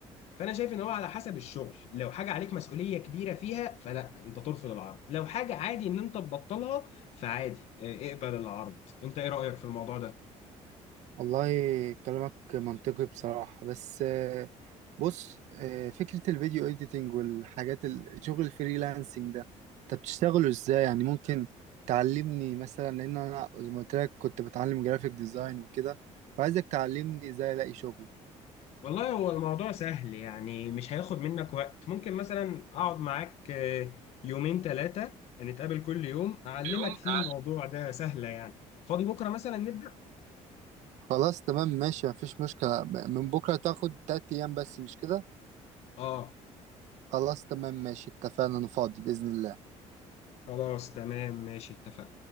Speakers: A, on the left (about 55°); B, on the right (about 65°).
A: فانا شايف ان هو على حسب الشغل لو حاجه عليك مسؤوليه كبيره فيها فلا انت ترفض العرض لو حاجه عادي ان انت تبطلها فعادي آه، اقبل العرض انت ايه رايك في الموضوع ده
B: والله كلامك منطقي بصراحة بس بص آه، فكرة الفيديو اديتنج والحاجات ال- شغل الفريلانسنج ده انت بتشتغله ازاي يعني ممكن تعلمني مثلا لان انا زي ما قلت لك كنت بتعلم جرافيك ديزاين وكده فعايزك تعلمني ازاي الاقي شغل
A: والله هو الموضوع سهل يعني مش هياخد منك وقت ممكن مثلا اقعد معاك آه، يومين ثلاثة نتقابل كل يوم اعلمك
B: يوم
A: فيه
B: أع-
A: الموضوع ده سهلة يعني فاضي بكرة مثلا نبدأ
B: خلاص تمام ماشي مفيش مشكلة من بكرة تاخد تلات ايام بس مش كده
A: اه
B: خلاص تمام ماشي اتفقنا انا فاضي بإذن الله
A: خلاص تمام ماشي اتفقنا